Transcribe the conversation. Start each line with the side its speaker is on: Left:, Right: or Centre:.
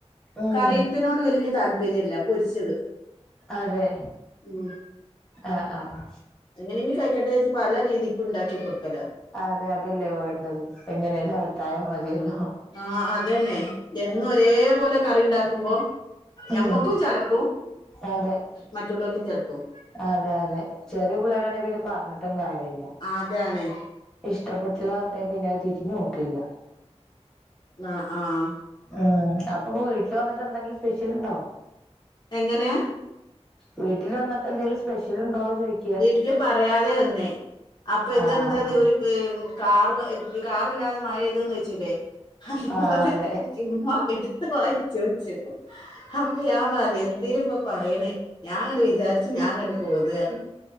Centre: ഉം
Left: കറിയത്തിനോട് വലിയ താല്പര്യമില്ല പൊരിച്ചത്
Centre: അതെ
Left: ഉം
Centre: ആഹ് ആഹ്
Left: എങ്ങനെങ്കിലും കഴിക്കട്ടെ എന്നു വെച്ച് പല രീതിക്ക് ഉണ്ടാക്കി കൊടുക്കല്ല
Centre: അതെ അതല്ലേ വേണ്ടത് എങ്ങനെലും അകത്തായ മതിയെല്ലോ
Left: ആഹ് അതന്നെ എന്നും ഒരേ പോലെ കറി ഉണ്ടാക്കുമ്പോ നമ്മക്കും
Centre: ഉം
Left: ചടക്കും
Centre: അതെ
Left: മറ്റുള്ളവർക്കും ചടക്കും
Centre: അതെ അതെ ചെറിയ പിള്ളേരാണെങ്കി പിന്നെ പറഞ്ഞിട്ടും കാര്യമില്ല
Left: അതാണ്
Centre: ഇഷ്ടപ്പെട്ടില്ല എന്നുണ്ടെിൽ പിന്നെ അത് തിരിഞ്ഞു നോക്കില്ല
Left: ആഹ് ആഹ്
Centre: ഉം അപ്പൊ വീട്ടില് വന്നിട്ട് എന്തെങ്കിലും സ്പെഷ്യൽ ഉണ്ടോ?
Left: എങ്ങനെയാ
Centre: വീട്ടിൽ വന്നപ്പോ എന്തെങ്കിലും സ്പെഷ്യൽ ഉണ്ടോ ചോദിക്ക.
Left: വീട്ടില് പറയാതെ വന്നേ അപ്പൊ ഇതെന്താ
Centre: ആഹ് ആഹ്
Left: ഒരു കാർ എഹ് കാറില്ലാതെ മഴയതന്ന് വെച്ചല്ലേ അതേപോലെ
Centre: ആഹ് അതെ
Left: ചുമ്മ എടുത്ത വായി ചോദിച്ചു അപ്പൊ ഞാൻ പറയും എന്തിന് ഉമ്മ പറയണേ ഞാൻ അങ്ങനെ വിചാരിച്ച് ഞാ ഇങ്ങോട്ട് പോന്ന്